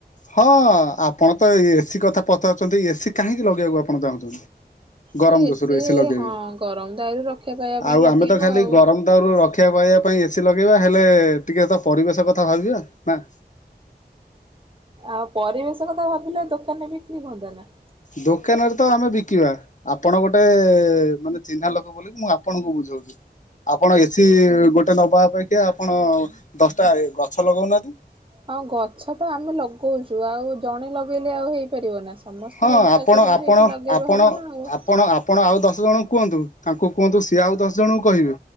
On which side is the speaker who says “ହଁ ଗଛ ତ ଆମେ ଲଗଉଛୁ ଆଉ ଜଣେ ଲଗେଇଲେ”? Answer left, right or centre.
Right